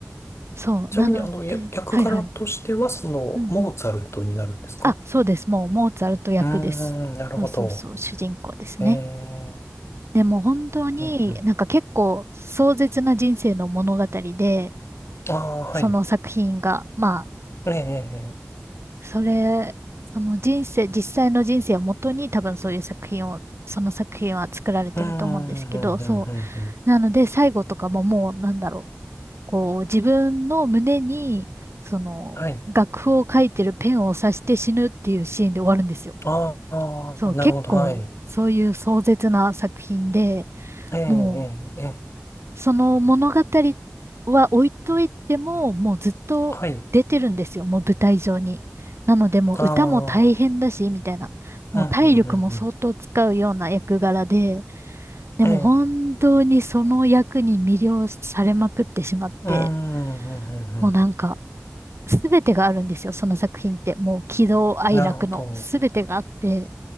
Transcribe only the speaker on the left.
ちなみに、
あの、や役柄としては、
その、
モーツァルトになるんですか
うーん、なるほど。
ええ、
うんうん。ああ、はい。
ええ、え
え、うーん、うん、うん、
うん、うん。
はい。
あ
あ、なるほど、
はい。
ええ、ええ、
ええ、
はい。
ああ、
うん、うん、うん、うん。
ええ、うーん、うん、うん、
う
ん。なるほど。